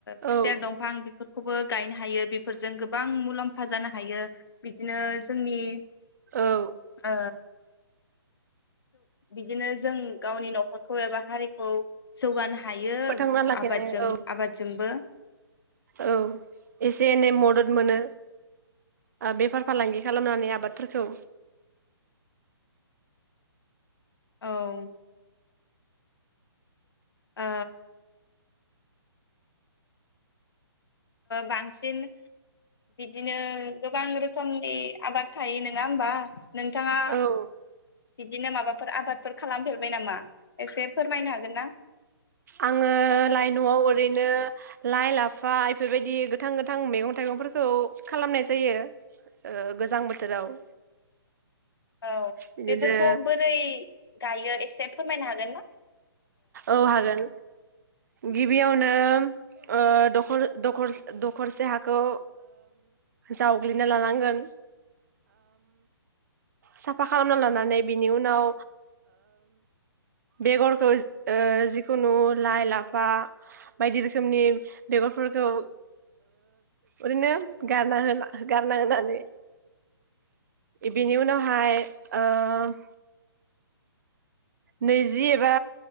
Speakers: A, on the left (about 65°); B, on the right (about 45°).
A: खुसेर
B: औ
A: दंफां बेफोर खौबो गायनो हायो बेफोरजों गोबां मुलाम्फा जानो हायो बिदिनो जोंनि।
B: औ
A: ओ। बिदिनो जों गावनि न'खरखौ एबा हारिखौ जौगानो हायो। हायो
B: फोथांना लाखिनाय
A: आबादजों
B: औ
A: आबादजोंबो।
B: औ एसे एनै मदद मोनो बेफार फालांगि खालामनानै आबादफोरखौ।
A: औ। ओ। बांसिन बिदिनो गोबां रोखोमनि आबाद थायो नङा होमबा नोंथाङा
B: औ
A: बिदिनो माबाफोर आबादफोर खालामफेरबाय नामा एसे फोरमायनो हागोन ना।
B: आङो लाइ नआव ओरैनो लाइ, लाफा बेफोरबायदि गोथां गोथां मैगं-थाइगंफोरखौ खालामनाय जायो गोजां बोथोराव।
A: औ
B: बिदिनो
A: बेफोरखौ बोरै। गायो एसे फोरमायनो हागोन ना।
B: औ हागोन। गिबियावनो दख दख दखरसे हाखौ जावग्लिना लानांगोन। साफा खालामना लानानै बिनि उनाव बेगरखौ जिखुनु लाइ लाफा बायदि रोखोमनि बेगरफोरखौ ओरैनो गारना गारना होनानै बेनि उनाव। हाय ओ। नैजि एबा